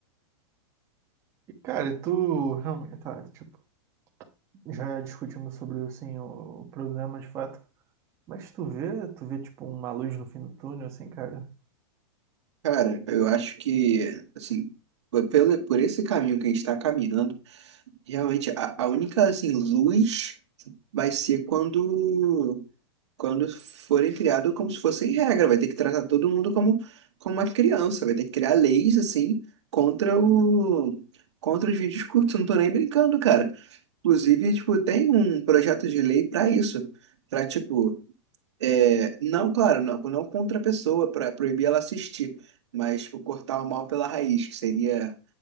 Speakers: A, on the right (about 20°); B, on the right (about 65°).
A: E, cara, e tu realmente, tá, tipo, já discutimos sobre, assim, o, o problema de fato. Mas tu vê, tu vê, tipo, uma luz no fim do túnel, assim, cara.
B: Cara, eu acho que, assim, por, pelo- por esse caminho que a gente tá caminhando, realmente a, a única, assim, luz vai ser quando, quando forem criados como se fossem regra. Vai ter que tratar todo mundo como, como uma criança. Vai ter que criar leis, assim, contra o... Contra os vídeos curtos, Eu não tô nem brincando, cara. Inclusive, tipo, tem um projeto de lei para isso, para tipo, é, não, claro, não, não contra a pessoa, para proibir ela assistir, mas tipo, cortar o mal pela raiz, que seria,